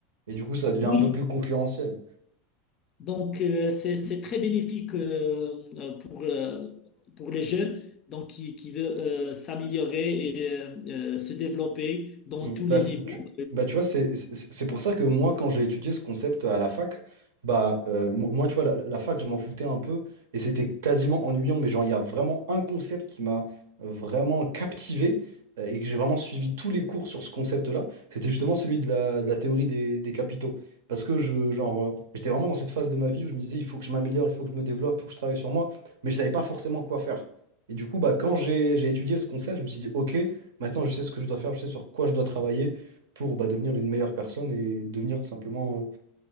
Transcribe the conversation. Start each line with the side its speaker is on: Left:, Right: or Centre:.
Right: Et du coup, ça devient
Left: Oui.
Right: un peu plus concurrentiel.
Left: donc euh, c'est c'est très bénéfique euh, euh, pour, euh, pour les jeunes donc qui, qui veulent euh, s'améliorer et euh, euh, se développer dans
Right: Mm.
Left: tous
Right: Bah,
Left: les
Right: c'est-
Left: niveaux.
Right: tu, bah, tu vois, c'est c'est- c'est pour ça que moi, quand j'ai étudié ce concept à la fac, bah, euh, mo- moi, tu vois, la, la fac, je m'en foutais un peu et c'était quasiment ennuyant, mais genre, il y a vraiment un concept qui m'a euh, vraiment captivé euh, et que j'ai vraiment suivi tous les cours sur ce concept-là. C'était justement celui de la, de la théorie des, des capitaux. Parce que je, genre, euh, j'étais vraiment dans cette phase de ma vie où je me disais, il faut que je m'améliore, il faut que je me développe, il faut que je travaille sur moi, mais je savais pas forcément quoi faire. Et du coup, bah, quand j'ai j'ai étudié ce concept, je me suis dit, OK. Maintenant, je sais ce que je dois faire, je sais sur quoi je dois travailler pour bah, devenir une meilleure personne et devenir tout simplement euh,